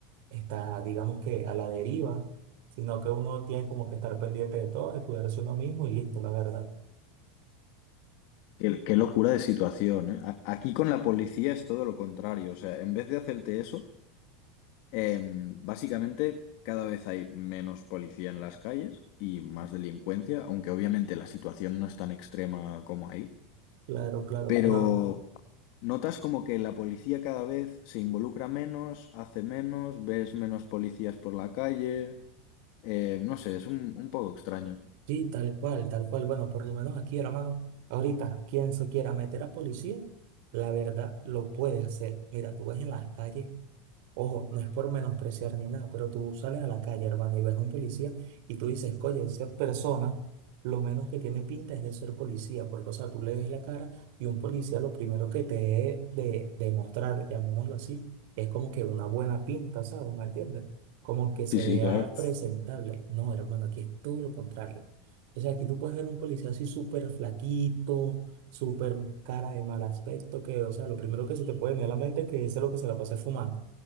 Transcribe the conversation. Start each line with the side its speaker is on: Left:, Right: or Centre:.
Right: está, digamos que a la deriva, sino que uno tiene como que estar pendiente de todo, de cuidarse uno mismo y listo, la verdad.
Left: Qué, qué locura de situación, ¿eh? A- Aquí con la policía es todo lo contrario. O sea, en vez de hacerte eso, Em, básicamente, cada vez hay menos policía en las calles y más delincuencia, aunque obviamente la situación no es tan extrema como ahí.
Right: Claro, claro,
Left: Pero
Right: no,
Left: notas como que la policía cada vez se involucra menos, hace menos, ves menos policías por la calle. Eh, no sé, es un, un poco extraño.
Right: sí, tal cual, tal cual. Bueno, por lo menos aquí, hermano, ahorita, quien se quiera meter a policía, la verdad lo puede hacer. Mira, tú ves en las calles Ojo, no es por menospreciar ni nada, pero tú sales a la calle, hermano, y ves a un policía y tú dices, oye, esa persona lo menos que tiene pinta es de ser policía, porque, o sea, tú le ves la cara y un policía lo primero que te debe de demostrar, llamémoslo así, es como que una buena pinta, ¿sabes? ¿Me entiendes? Como que se
Left: Sí, sí,
Right: vea
Left: claro.
Right: presentable. No, hermano, aquí es todo lo contrario. O sea, aquí tú puedes ver un policía así súper flaquito, súper cara de mal aspecto, que, o sea, lo primero que se te puede venir a la mente es que ese es lo que se la pasa fumando